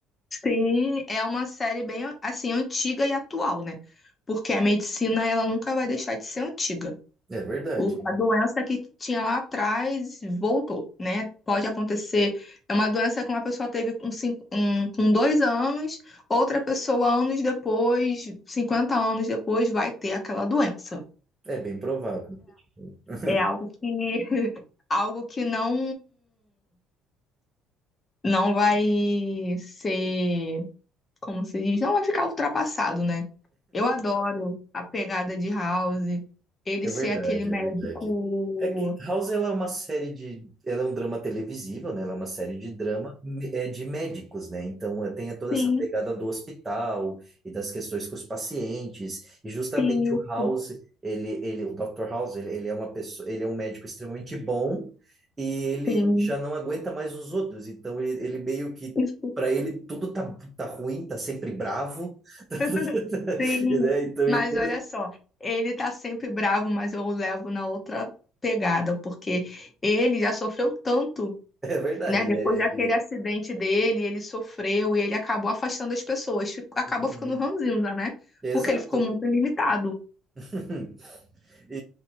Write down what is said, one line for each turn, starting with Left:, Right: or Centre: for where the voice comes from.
Left: Sim, é uma série bem assim antiga e atual, né? Porque a medicina ela nunca vai deixar de ser antiga.
Right: É verdade,
Left: O- a doença que tinha lá atrás voltou, né? Pode acontecer. É uma doença que uma pessoa teve com, cinco, um- com dois anos, outra pessoa, anos depois, 50 anos depois, vai ter aquela doença.
Right: é bem provável. tipo. <laughs>
Left: É, é algo que <laughs> algo que não não vai ser, como se diz, não vai ficar ultrapassado, né? Eu adoro a pegada de House, ele
Right: É verdade,
Left: ser aquele
Right: é
Left: médico.
Right: verdade. É que House ela é uma série de, ela é um drama televisivo, né? Ela é uma série de drama me- é, de médicos, né? Então é, tem toda
Left: Sim,
Right: essa pegada do hospital e das questões com os pacientes. E justamente
Left: Isso,
Right: o House, ele, ele, o Dr. House, ele, ele é uma pessoa, ele é um médico extremamente bom e ele
Left: sim.
Right: já não aguenta mais os outros. Então ele, ele meio que
Left: Isso.
Right: Para ele, tudo tá, tá ruim, tá sempre bravo,
Left: <laughs>
Right: <laughs>
Left: Sim.
Right: né? Então,
Left: Mas
Right: ele tem-
Left: olha só, ele tá sempre bravo, mas eu o levo na outra pegada, porque ele já sofreu tanto,
Right: é verdade,
Left: né?
Right: né?
Left: Depois daquele
Right: Ele,
Left: acidente dele, ele sofreu e ele acabou afastando as pessoas, fi- acabou
Right: uhum.
Left: ficando ranzinza, né?
Right: Exato.
Left: Porque ele ficou muito limitado.
Right: <laughs> E,